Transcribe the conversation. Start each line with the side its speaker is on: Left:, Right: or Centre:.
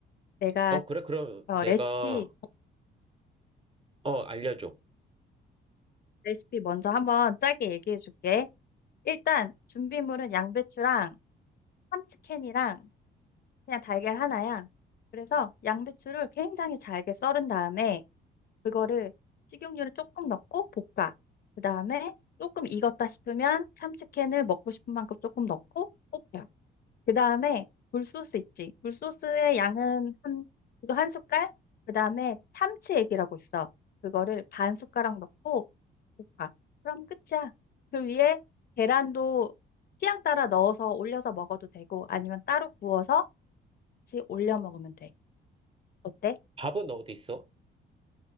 Left: 내가
Right: 어, 그래, 그럼
Left: 어,
Right: 내가,
Left: 레시피
Right: 어, 알려줘.
Left: 레시피 먼저 한번 짧게 얘기해줄게. 일단 준비물은 양배추랑 참치캔이랑 그냥 달걀 하나야. 그래서 양배추를 굉장히 잘게 썰은 다음에 그거를 식용유를 조금 넣고 볶아. 그 다음에 조금 익었다 싶으면 참치캔을 먹고 싶은 만큼 조금 넣고 볶아. 그 다음에 굴소스 있지. 굴소스의 양은 한, 이거 한 숟갈? 그 다음에 참치액이라고 있어. 그거를 반 숟가락 넣고 볶아. 그럼 끝이야. 그 위에 계란도 취향 따라 넣어서 올려서 먹어도 되고 아니면 따로 구워서 같이 올려 먹으면 돼. 어때?
Right: 밥은 어디 있어?